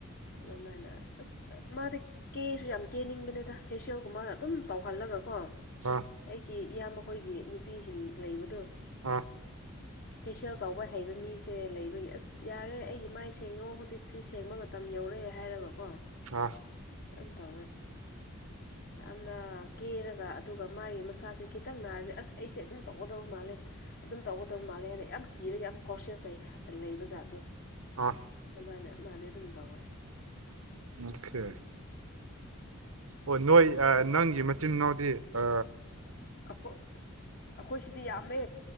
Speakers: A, on the left; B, on the right.
A: ꯑꯗꯨꯃꯥꯏꯅ ꯑꯁ ꯃꯥꯗꯤ ꯀꯦꯁꯨ ꯌꯥꯝ ꯀꯦꯅꯤꯡꯕꯅꯤꯗ ꯐꯦꯁꯤꯌꯦꯜꯒꯨꯝꯕ ꯑꯗꯨꯝ ꯇꯧꯍꯜꯂꯒ ꯀꯣ
B: ꯑꯥ
A: ꯑꯩꯒꯤ ꯏꯌꯥꯝꯕꯈꯣꯏꯒꯤ ꯅꯨꯄꯤꯁꯤꯡ ꯂꯩꯕꯗꯣ
B: ꯑꯥ
A: ꯐꯦꯁꯤꯌꯦꯜ ꯀꯥꯎꯕ ꯍꯩꯕ ꯃꯤꯁꯦ ꯂꯩꯕꯒꯤ ꯑꯁ ꯌꯥꯔꯦ ꯑꯩꯒꯤ ꯃꯥꯏ ꯁꯦꯡꯅꯣ ꯍꯧꯖꯤꯛꯁꯦ ꯁꯦꯡꯕ ꯃꯇꯝ ꯌꯧ ꯇꯧꯔꯦ ꯍꯥꯏꯔꯒꯀꯣ
B: ꯑꯥ
A: ꯑꯗꯨꯝ ꯇꯧꯔꯦ ꯌꯥꯝꯅ ꯀꯦꯔꯒ ꯑꯗꯨꯒ ꯃꯥꯒꯤ ꯃꯁꯥꯁꯦ ꯈꯤꯇꯪ ꯅꯥꯔꯒꯦ ꯑꯁ ꯑꯩꯁꯦ ꯑꯗꯨꯝ ꯇꯧꯒꯗꯕ ꯃꯥꯜꯂꯦ ꯑꯗꯨꯝ ꯇꯧꯒꯗꯕ ꯃꯥꯜꯂꯦ ꯍꯥꯏꯅ ꯌꯥꯝ ꯀꯤꯔꯒ ꯌꯥꯝ ꯀꯣꯁꯦꯁꯩ ꯂꯩꯕ ꯖꯥꯠꯇꯣ
B: ꯑꯥ
A: ꯃꯅꯦ ꯃꯥꯅꯦ ꯑꯗꯨ ꯇꯎꯦ
B: ꯑꯣꯀꯦ ꯑꯣ ꯅꯣꯏ ꯅꯪꯒꯤ ꯆ ꯅꯎꯗꯤ ꯑ
A: ꯑꯩꯈꯣꯏ ꯁꯤꯗꯤ ꯌꯥꯝꯃꯦ